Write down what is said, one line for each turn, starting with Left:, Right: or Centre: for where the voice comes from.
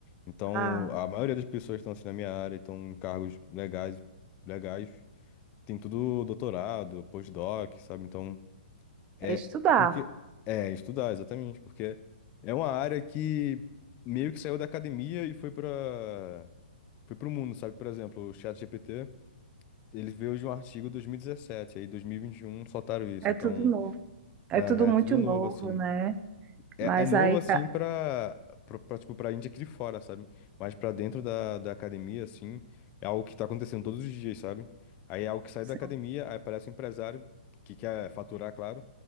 Left: Então,
Right: Ah.
Left: a maioria das pessoas que estão assim na minha área, estão em cargos legais, legais, tem tudo doutorado, postdoc, sabe? Então, é
Right: É estudar.
Left: porque é estudar exatamente, porque é uma área que meio que saiu da academia e foi para foi para o mundo, sabe? Por exemplo, o ChatGPT, ele veio de um artigo 2017, aí dois mil e e vinte e um soltaram isso.
Right: É
Left: Então,
Right: tudo novo. É
Left: é,
Right: tudo muito
Left: é tudo novo
Right: novo,
Left: assim.
Right: né?
Left: É,
Right: Mas
Left: é novo
Right: aí,
Left: assim
Right: ca-
Left: pra, pra, pra, tipo, pra gente aqui de fora, sabe? Mas pra dentro da, da academia, assim, é algo que tá acontecendo todos os dias, sabe? Aí é algo que sai
Right: sim.
Left: da academia, aí aparece um empresário que quer faturar, claro,